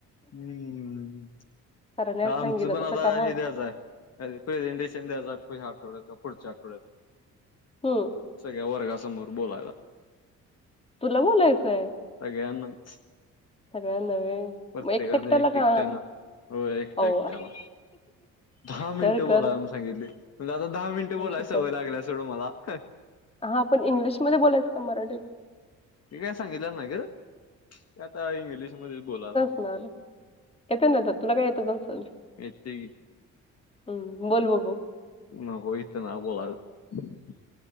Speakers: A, on the left (about 55°); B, on the left (about 20°).
A: हम्म.
B: सरांनी आज
A: <inaudible> आमचं
B: सांगितलं
A: पण
B: तसं
A: आता
B: कर हां.
A: हे द्यायचं आहे. प्रेझेंटेशन द्यायचं ह्या आठवड्यात, का पुढच आठवड्यात?
B: हम्म.
A: सगळ्या वर्गासमोर बोलायला
B: तुला बोलायचंय?
A: सगळ्यांनाच.
B: सगळ्याना व्हय.
A: प्रत्येकानें
B: मग एकटं एकट्याला
A: एक
B: का?
A: एकट्यानं, होय एकटा
B: अहो,
A: एकट्याला दहा मिनिटं
B: कर,
A: बोला
B: कर.
A: अजून सांगितलीये. म्हणजे आता दहा मिनिटं
B: आई
A: बोलायची
B: शप्पथ
A: सवय लागल्या सोडं मला हं.
B: हा आपण इंग्लिशमध्ये बोलायच का मराठीत?
A: ते काय सांगितलं नाही खरं, आता इंग्लिशमध्ये बोलाल.
B: झालं <unintelligible>
A: येतंय की.
B: हम्म. बोल बघू.
A: नको इथं नाही बोलायचं.